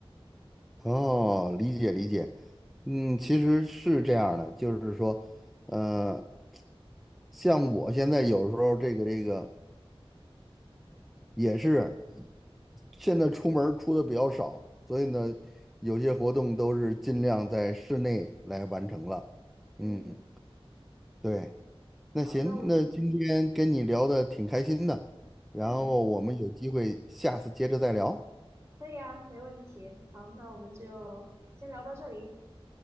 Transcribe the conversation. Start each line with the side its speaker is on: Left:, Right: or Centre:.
Centre: 哦，理解理解，嗯，其实是这样的，就是说，呃，像我现在有时候这个这个。也是现在出门儿出的比较少，所以呢，有些活动都是尽量在室内来完成了。
Right: 嗯，
Centre: 嗯，对，那行，
Right: 好，那我们
Centre: 那今天跟你聊的挺开心的，然后我们有机会下次接着再聊。
Right: 嗯可以啊，没问题。好，那我们就先聊到这里，